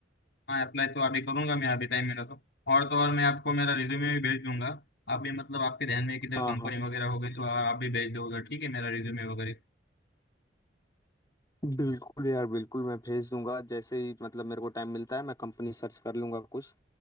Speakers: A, on the left; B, on the left.
A: हाँ अप्लाई तो अभी करूंगा मैं अभी टाइम मिला तो और तो और मैं आपको मेरा रिज्यूमे भी भेज दूंगा आप भी मतलब आपके ध्यान में किधर
B: हाँ
A: कंपनी
B: हाँ
A: वगैरह हो गई तो आप भी भेज दो उधर ठीक है मेरा रिज्यूमे वगैरह
B: बिल्कुल यार बिल्कुल मैं भेज दूंगा जैसे ही मतलब मेरे को टाइम मिलता है मैं कंपनी सर्च कर लूंगा कुछ